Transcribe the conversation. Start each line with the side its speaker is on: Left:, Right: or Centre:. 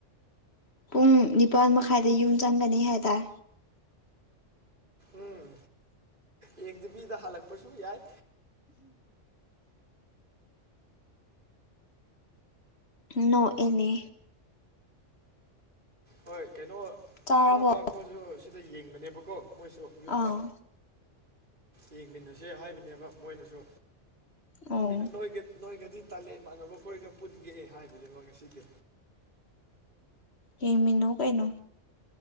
Left: ꯎꯝ ꯅꯤꯄꯥꯜ ꯃꯈꯥꯏꯗ ꯌꯨꯝ ꯆꯪꯒꯅꯤ ꯍꯥꯏꯗꯥꯏ
Right: ꯎꯝ ꯌꯦꯡꯗꯕꯤꯗ ꯍꯜꯂꯛꯄꯁꯨ ꯌꯥꯏ
Left: ꯅꯣꯛꯑꯦꯅꯦ
Right: ꯍꯣꯏ ꯀꯩꯅꯣ
Left: ꯆꯥꯔꯕꯣ
Right: ꯏꯃꯥꯄꯥ ꯈꯣꯏꯁꯨ ꯁꯤꯗ ꯌꯦꯡꯕꯅꯦꯕꯀꯣ ꯃꯣꯏꯁꯨ ꯌꯨꯝꯗ
Left: ꯑꯥ
Right: ꯌꯦꯡꯃꯤꯟꯅꯁꯦ ꯍꯥꯏꯕꯅꯦꯕ ꯃꯣꯏꯅꯁꯨ
Left: ꯑꯣ
Right: ꯑꯩꯅ ꯅꯣꯏꯒ ꯅꯣꯏꯒꯗꯤ ꯇꯜꯂꯦ ꯏꯃꯥꯟꯅꯕ ꯈꯈꯣꯏꯒ ꯄꯨꯟꯒꯦ ꯍꯥꯏꯕꯅꯦꯕ ꯉꯁꯤꯗꯤ
Left: ꯌꯦꯡꯃꯤꯟꯅꯧ ꯀꯩꯅꯣ